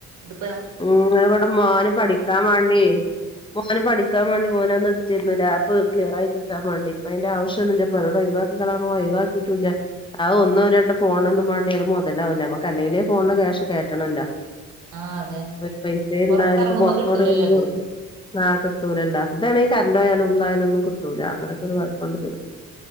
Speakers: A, on the right; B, on the left.
A: ഇതിപ്പം
B: ഉം അത് ഇവടെ മോന് പഠിക്കാൻ വാണ്ടി മോന് പഠിക്കാൻ വാണ്ടി മോനന്ന് ഇട്ത്തിര്ന്നു ലാപ്പ്ക്ലിയറായി കിട്ടാൻ വാണ്ടി പ്പയ്ന്റെ ആവശ്യോന്നുല്ല പ്പോനോട്‌ ഒയ് വാക്കിക്കാളാന്ന് പർഞ് ഓൻ ഒയ് വാക്കിറ്റുല്ല അത് ഒന്നും രണ്ടും ഫോണ്നൊന്നും മാണ്ടി അത് മൊതലാവൂല ഞമ്മക്കല്ലെങ്കിലേ ഫോണില് ക്യാഷ് കേറ്റണല്ലോ
A: ആഹ് അതെ
B: ഒരു പൈസേ ണ്ടാവൂല
A: പൊറത്തിറങ്ങുമ്പോ
B: ഇപ്പൊ പൊർത്തെവടെങ്കിലും
A: കിട്ടൂലല്ലോ ഇത്
B: ആഹ് കിട്ടൂലല്ലൊ താണെങ്കി കറൻറ് പോയാലും തായാലൊന്നും കിട്ടൂല അങ്ങനൊക്കൊരു കൊഴപ്പണ്ട് ത്ന്